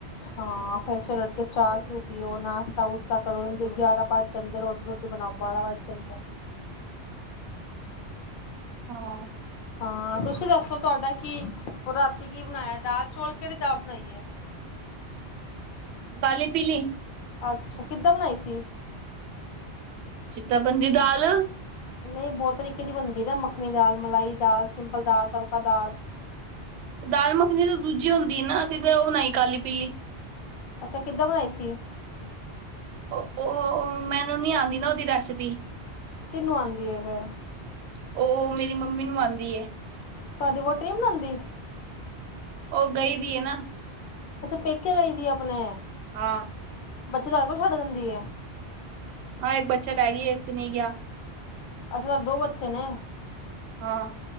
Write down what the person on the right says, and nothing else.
ਹਾਂ।
ਕਾਲੀ ਪੀਲੀ
ਜਿੱਦਾਂ ਬਨਦੀ ਦਾਲ।
ਦਾਲ ਮੱਖਨੀ ਤੇ ਦੂਜੀ ਹੁੰਦੀ ਏ ਨਾ ਅਸੀ ਫੇਰ ਓ ਬਨਾਈ ਕਾਲੀ-ਪੀਲੀ।
ਓ, ਓ, ਓ ਮੈਨੂੰ ਨੀ ਆਂਦੀ ਨਾ ਓਦੀ ਰੈਸਿਪੀ।
ਓ ਓ ਮੇਰੀ ਮੰਮੀ ਨੂੰ ਆਂਦੀ ਏ।
ਓ ਗਈ ਦੀ ਏ ਨਾ।
ਹਾਂ।
ਹਾਂ, ਏੱਕ ਬੱਚਾ ਲੈ ਗੀ ਏ, ਏੱਕ ਨਈ ਗਿਆ।
ਹਾਂ।